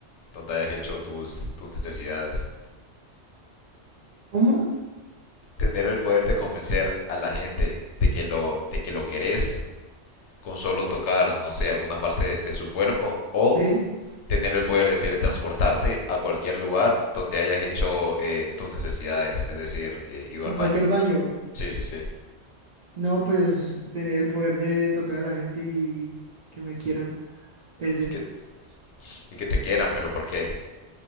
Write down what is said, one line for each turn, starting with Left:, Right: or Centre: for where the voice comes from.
Left: donde hayas hecho tus, tus necesidades.
Right: ¿Cómo?
Left: Tener el poder de convencer a la gente de que lo, de que lo querés con solo tocar, no sé, alguna parte de, de su cuerpo o
Right: Sí,
Left: tener el poder de teletransportarte a cualquier lugar donde hayas hecho eh, tus necesidades, es decir, eh, ido
Right: a
Left: al
Right: cualquier
Left: baño.
Right: baño.
Left: Sí, sí, sí.
Right: No, pues, tener el poder de tocar a la gente y que me quieran. Ese.
Left: Y que, y que te quieran, pero ¿por qué?